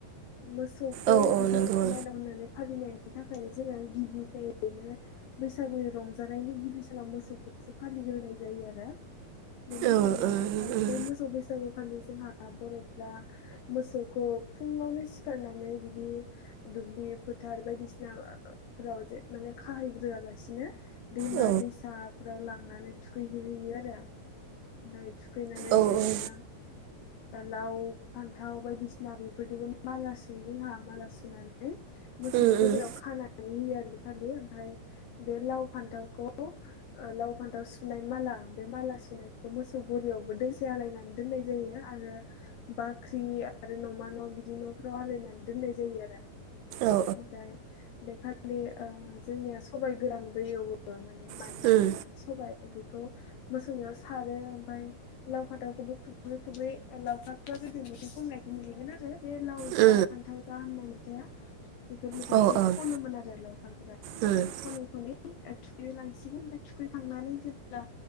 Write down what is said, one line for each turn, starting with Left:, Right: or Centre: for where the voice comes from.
Left: मोसौखौ
Right: औ औ
Left: बिदि
Right: नंगौ
Left: माइनाव होननानै फालिनाय बेनि थाखायनो जोङो गिबिखाय ओरैनो बैसागुनि रंजानायनि गिबि सानाव मोसौखौ सो फालिग्रोनाय जायो आरो बेनि
Right: ओं
Left: थाखायनो
Right: औ उम उम
Left: बै मोसौ बैसागुखालि जोंहा बर'फोरा मोसौखौ फुङावनो सिखारनानै बिदि दुब्लि फोथार बायदिसिनाफोराव जे माने खाहैग्रोआलासिनो दैमा
Right: औ
Left: दैसा फोराव लांनानै थुखैहो होयो आरो ओमफ्राय थुखैनानै
Right: औ
Left: बिदिनो
Right: उम औ उम
Left: लाव फान्थाव बायदिसिना बेफोरदिबो माला सुयो जोंहा माला सुनानै मोसौनि
Right: उम
Left: गोदोराव खाना नै होयो आरो बे खालि ओमफ्राय बे लाव फान्थावखौ लाव फान्थाव सुनाय माला बे माला सुनायखौ मोसौ गलियावबो दें से आलायनानै दोननाय जायो आरो बाख्रि आरो न'मा न' बिदि न'फ्राव आलायनानै दोन नाय जायो आरो
Right: औ
Left: ओमफ्राय बेखालि ओ जोंनिया सबाय गोरान दैयावबो माने माइ
Right: उम
Left: ब्रा रंनि सबाइ बेखौ मोसौ सारो ओमफ्राय लाव फाथावखौबो खुबै खुबै बे लावखारफ्रा गोदो मेथाइ खननायखौ नुयोमोन आरो बे लाव जा
Right: उम
Left: फान्थाव जा होननाय मेथाइआ बेफोर मेथाइखौ
Right: औ उम
Left: खनोमोन आरो लावखारफोरा ओमफ्राय
Right: उम
Left: खनै खनै थुखैनो लांसिगोन ब फैखांनानै जेब्ला